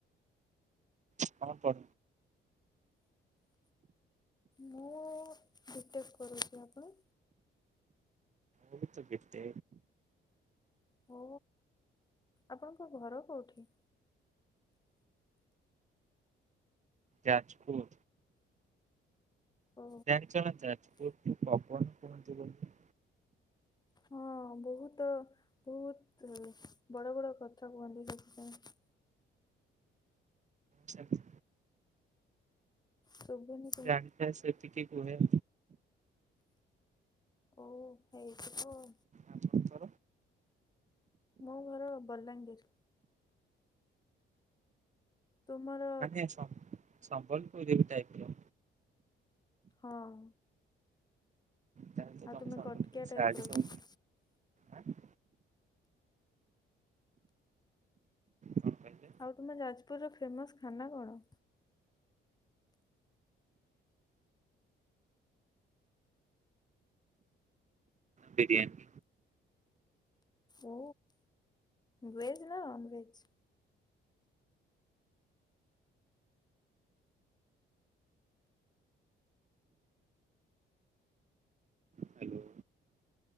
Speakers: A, on the right; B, on the left.
A: କଁ କରୁ
B: ମୁଁ ବିଟେକ କରୁଚି ଆପଣ?
A: <unintelligible> କେତେ
B: ହଁ ଆପଣଙ୍କ ଘର କୋଉଠି?
A: ଯାଜପୁରା।
B: ଓ
A: ଜାଣିଚନା ଯାଜପୁରକୁ ପବନ କୁହନ୍ତି ବୋଲି?
B: ହଁ ବହୁତ ବହୁତ୍ ବଡ଼ ବଡ଼ କଥା କୁହନ୍ତି ସେଥିପାଇଁ।
A: ଛା <unintelligible>
B: ଶୁବୁନି?
A: ଜାଣିଥାଏ ସେତିିକି କୁହେ।
B: ଓ ହେଇଥିବ ଆଉ।
A: ଆପଣଙ୍କର?
B: ମୋ ଘର ବଲାଙ୍ଗୀର୍। ତୁମର
A: ମାନେ ସ ସମ୍ବଲପୁରୀ ଆଇଥିଲ।
B: ହଁ।
A: ତାହେଲେ ତ
B: ଆଉ
A: ତମେ
B: ତୁମେ
A: ସମ୍ବଲପୁରୀ
B: କଟିକିଆ
A: ଶାଢ଼ୀ
B: ଟାଇପର।
A: ସବୁ ଆଁ କଣ କହିଲେ?
B: ଆଉ ତୁମ ଯାଜପୁରର ଫେମସ୍ ଖାନା କଣ?
A: ବିରିୟାନୀ।
B: ଓ ଭେଜ୍ ନା ନନ୍ ଭେଜ୍?
A: Hello